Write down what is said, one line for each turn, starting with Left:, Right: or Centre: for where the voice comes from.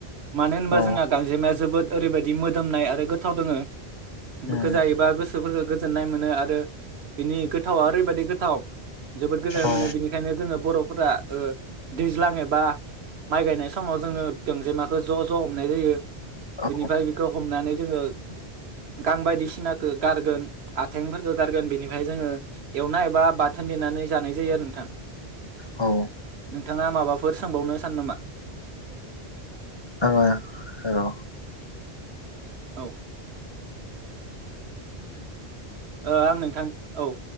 Right: मानो होनबा
Left: औ
Right: जोंहा गांजेमाया जोबोद ओरैबायदि मोदोमनाय आरो गोथाव दोंङो बेखौ
Left: उम
Right: जायोबा गोसोफोरखौ गोजोननाय मोनो आ ओ बिनि गोथावा ओरैबायदि गोथाव जोबोद गोजोननाय
Left: औ
Right: मोने बेनिखायनो जोङो बर' फोरा ओ दैज्लाङो एबा माइ गायनाय समाव जोङो गोंजेमाखो ज' ज' हमनाय जायो
Left: औ
Right: बिनिफ्राय बेखौ हमनानै जोङो गां बायदिसिनाखौ गारगोन आथेंफोरखौ गारगोन बेनिफ्राय जोङो एवनाय एबा बाथोन मेनानै जानाय जायो आरो नोंथां
Left: औ
Right: नोंथाङा माबाफोर सोंबावनो सानो नामा
Left: आङो र'
Right: औ ओ आं नोंथां औ